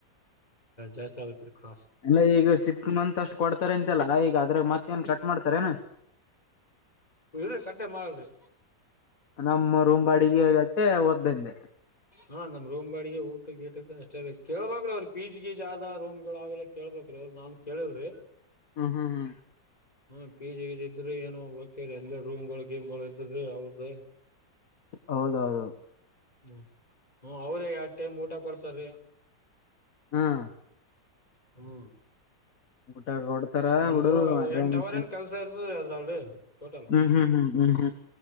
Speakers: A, on the left; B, on the left.
A: ಜಾಸ್ತಿ ಆಗತ್ರಿ ಕ್ರಾಸ್
B: ಎಲ್ಲ ಈಗ ಸಿಕ್ಸ್ ಮಂತ್ ಅಷ್ಟ್ ಕೊಡ್ತಾರೆ ಅಂತೆಲ್ಲ ಈಗ ಅದ್ರಾಗ ಮತ್ತೇ ಏನ್ ಕಟ್ ಮಾಡ್ತಾರೇನಾ
A: ಇ ಕಟ್ಟೆ ಮಾಡರಿ
B: ನಮ್ಮ ರೂಮ್ ಬಾಡಿಗೆಗಟ್ಟೆ ಓದ್ದಿಂದೆ
A: ಹಾ ನಮ್ ರೂಮ್ ಬಾಡಿಗೆ ಊಟ ಗೀಟಕ್ ಅಷ್ಟ ಬೇಕು ಕೇಳಬೇಕ್ರಿ ಅವ್ರಿ ಪೀಜ್ ಗೀಜ್ ಆದ ರೂಮ್ಗಳು ಅವೆಲ್ಲ ಕೇೇಳಬಬೇಕಕ್್ರೀ ಅವ್ರರು ನಾನ್ ಕೇಳಿಲ್ರರಿ
B: ಹ್ಮ್ ಹ್ಮ್ ಹ್ಮ್
A: ಹ್ಮ ಪೀಜಿ ಈಜ ಇದ್ರಿ ಏನು ಬ ಅಲ್ಲ ರೂಮ್ಗಳು ಗೇಮ್ ಗಳು ಇದ್ರಿ ಅವ್ರದ
B: ಹೌದೌದೌದು
A: ಹ್ಮ್ ಹ್ಮ ಅವ್ರೇ ಎರಡು ಟೈಮ್ ಊಟ ಕೊಡ್ತಾರಿ
B: ಹ್ಮ್
A: ಹ್ಮ್
B: ಊಟ ಕೊಡ್ತಾರ
A: ಒಂದು
B: ಬಿಡು ಅದೇ
A: ಎಂಟ
B: ಹ್ಮ್
A: ಅವರ್ ಏನ್ ಕೆಲ್ಸ ಇರ್ತದ ಅದ್ರಲ್ರಿ ಟೋಟಲ್
B: ಹ್ಮ್ ಹ್ಮ್ ಹ್ಮ್ ಹ್ಮ್